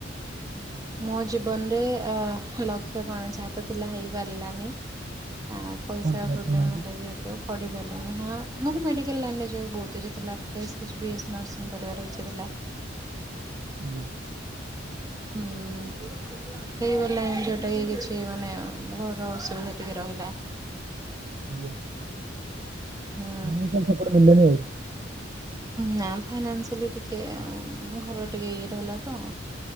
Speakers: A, on the right (about 20°); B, on the right (about 35°).
A: ମୋ ଜୀବନରେ ଅ ଲକ୍ଷ୍ୟ କଣ ଯାହା ତ ଥିଲା ହେଇପାରିଲାନି ଆ ପଇସା
B: କଣ ଥିଲା
A: ପ୍ରୋବ୍ଲେମ୍
B: କହୁନାହାନ୍ତି?
A: ହେଲା ଯେହେତୁ। ପଢି ପାରିଲିନି ହଁ ମୋର ମେଡିକାଲ ଲାଇନରେ ଯିବାକୁ ବହୁତ ଇଛାଥିଲା, test B A C nursing କରିବାକୁ ଇଚ୍ଛା ଥିଲା।
B: ଆଜ୍ଞା।
A: ହୁଁ। ହେଇଗଲାଣି ଯୋଉଟା କି କିଛି ମାନେ ଅ-ଅ ଘର ଅସୁବିଧା ଟିକେ ରହିଲା।
B: ଆଜ୍ଞା।
A: ହୁଁ
B: ଫାଇନାସିଆଲ ସପୋର୍ଟ ମିିଳିଲାନି ଆଉ
A: ନା ଫାଇନାସିଆଲି ଟିକେ ଘର ର ଟିକେ ଇଏ ରହିଲା ତ।